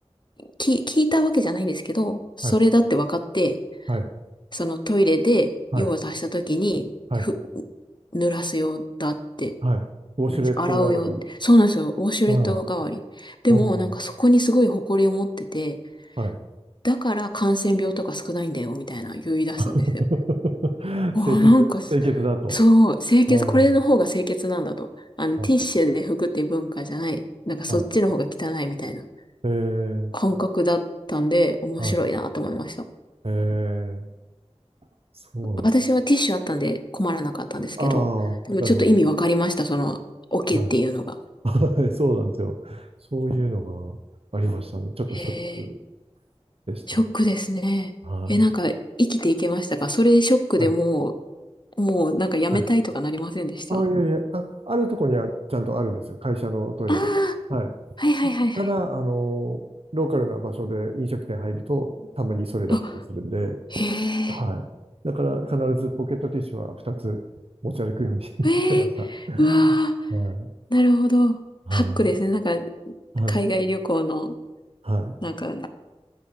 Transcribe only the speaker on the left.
き、聞いたわけじゃないんですけど、それだって分かって、
そのトイレで用を足した時に、
ふ、濡らす用だって、
なんです、洗う用って。そうなんですよ。ウォシュレット代わり。
でも、
なんかそこにすごい誇りを持ってて、
だから感染病とか少ないんだよ、みたいな言い出すんですよ。
ああ、
なんかす、
そう、清潔、
これの方が清潔なんだと。あの、
ティッシュで拭くっていう文化じゃない。なんかそっちの方が汚いみたいな
感覚だったんで、面白いなと思いました。
私はティッシュあったんで困らなかったんですけど、
でもちょっと意味わかりました、
その、オケっていうのが。
へえ、
ショックですね。
え、なんか、生きていけましたかそれショックでも
う、もうなんかやめたいとかなりませんでしたあ
あー、
はいはいはいはい。
あ、へ
え、
へえ、うわ
ー、なるほど。
ハックですね。なんか、
海外旅行の、
なんか、